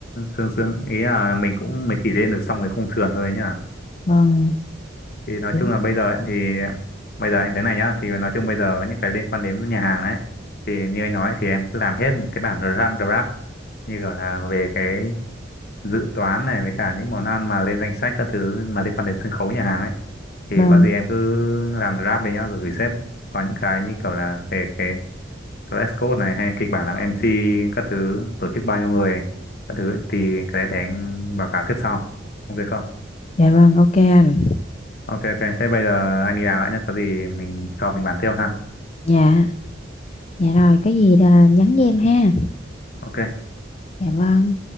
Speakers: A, on the left; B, on the left.
A: sương sương ý là mình cũng mới chỉ lên được xong cái khung sườn thôi nhá
B: vâng
A: thì nói
B: ừ,
A: chung là bây giờ ấy, thì bây giờ anh thế này nhá thì nói chung bây giờ những cái liên quan đến nhà hàng đấy thì như anh nói ấy, thì em cứ làm hết một cái bản dra- draft như gọi là về cái dự toán này với cả những món ăn mà lên danh sách các thứ mà liên quan đến sân khấu nhà hàng ấy thì
B: vâng
A: có gì em cứ làm draft đi nhá rồi gửi sếp có những cái như kiểu là về cái dress code này hay kịch bản làm MC các thứ tổ chức bao nhiêu người các thứ thì cái đấy để anh báo cáo xếp sau ok không
B: dạ vâng ok anh
A: ok ok thế bây giờ anh đi làm đã nhé có gì mình cho mình bàn tiếp ha
B: dạ dạ rồi có gì là nhắn với em ha
A: ok
B: dạ vâng